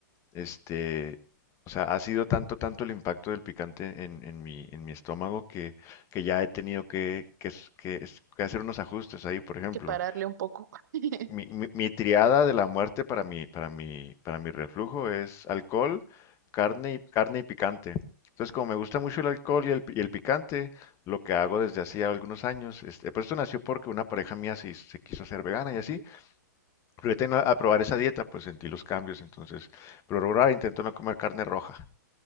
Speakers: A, on the left (about 30°); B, on the right (about 65°).
A: Este, o sea, ha sido tanto, tanto el impacto del picante en, en mi, en mi estómago que, que ya he tenido que, que, s- que s- que hacer unos ajustes ahí, por ejemplo.
B: Que pararle un poco. <laughs>
A: Mi, mi, mi triada de la muerte para mi, para mi, para mi reflujo es alcohol, carne y, carne y picante. Entonces, como me gusta mucho el alcohol y el, pi- y el picante, lo que hago desde hacía algunos años, este, pues esto nació porque una pareja mía se, se quiso hacer vegana y
B: Ujú.
A: así, pero yo tenía a probar esa dieta, pues sentí los cambios, entonces, pero ahora intento no comer carne roja.